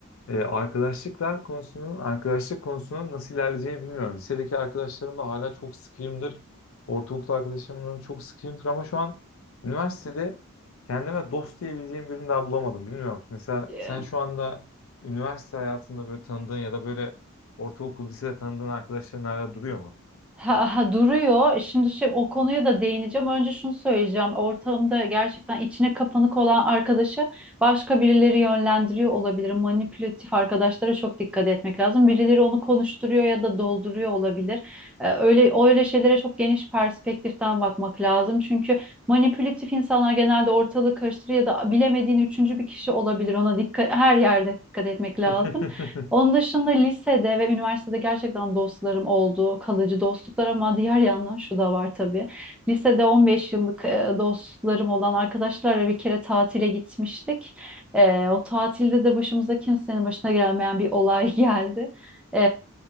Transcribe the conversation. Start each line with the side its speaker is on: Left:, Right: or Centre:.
Left: E, arkadaşlıklar konusunun, arkadaşlık konusunun nasıl ilerleyeceğini bilmiyorum. Lisedeki arkadaşlarımla hala çok sıkıyımdır. Ortaokul arkadaşlarımla çok sıkıyımdır ama şu an üniversitede kendime dost diyebileceğim birini daha bulamadım. Bilmiyorum. Mesela
Centre: <laughs>
Left: sen şu anda üniversite hayatında böyle tanıdığın ya da böyle ortaokul, lisede tanıdığın arkadaşların hala duruyor mu?
Centre: Ha, ha, duruyor. Şimdi şey, o konuya da değineceğim. Önce şunu söyleyeceğim. Ortamda gerçekten içine kapanık olan arkadaşı başka birileri yönlendiriyor olabilir. Manipülatif arkadaşlara çok dikkat etmek lazım. Birileri onu konuşturuyor ya da dolduruyor olabilir. Ee, öyle öyle şeylere çok geniş perspektiften bakmak lazım. Çünkü manipülatif insanlar genelde ortalığı karıştırır ya da bilemediğin üçüncü bir kişi olabilir. Ona dikkat her yerde dikkat etmek lazım.
Left: <laughs>
Centre: Onun dışında lisede ve üniversitede gerçekten dostlarım oldu, kalıcı dostluklar ama diğer yandan şu da var tabii. Lisede 15 yıllık e, dostlarım olan arkadaşlarla bir kere tatile gitmiştik. E, o tatilde de başımıza kimsenin başına gelmeyen bir olay <laughs> geldi. E,